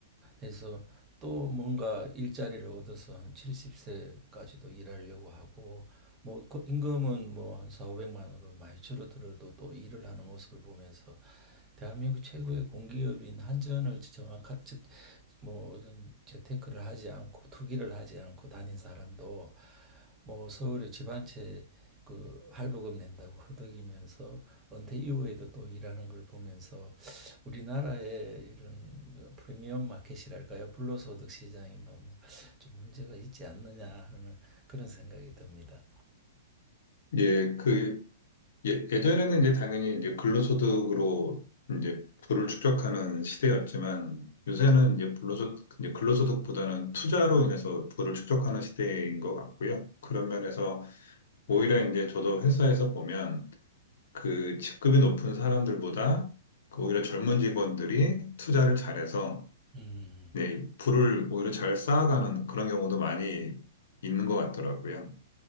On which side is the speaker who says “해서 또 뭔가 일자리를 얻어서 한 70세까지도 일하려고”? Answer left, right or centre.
Right